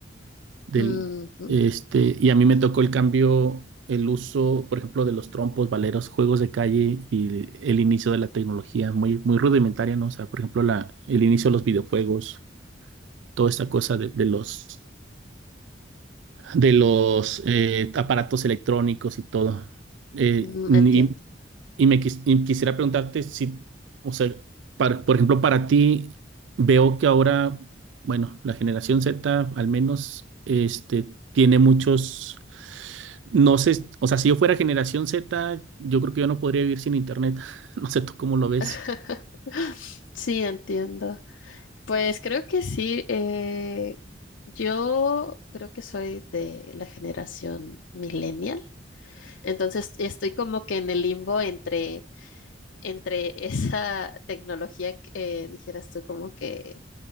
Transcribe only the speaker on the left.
Ujú,
mm,
entiendo.
<laughs> Sí, entiendo. Pues creo que sí. eh, yo creo que soy de la generación millennial. Entonces estoy como que en el limbo entre, entre <laughs> esa tecnología que eh, dijeras tú como que,